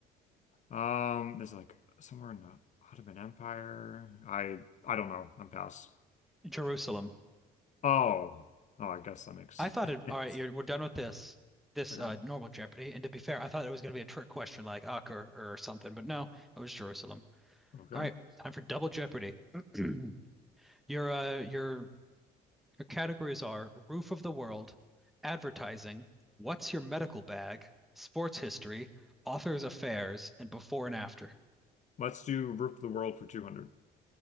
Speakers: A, on the left; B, in the centre.
A: Um, there's like somewhere in the Ottoman Empire. I I don't know. I'm pass.
B: Jerusalem.
A: Oh, oh, I guess that makes
B: I
A: sense.
B: thought it, all right, you're,
A: <laughs>
B: we're done with this, this
A: Okay,
B: uh, normal Jeopardy. And to be fair, I thought it was going to be a trick question like Acre or, or something, but no, it was Jerusalem.
A: okay.
B: All right, time for Double Jeopardy. <clears throat> Your uh, your Her categories are Roof of the World, Advertising, What's Your Medical Bag, Sports History, Author's Affairs, and Before and After.
A: Let's do Roof of the World for 200.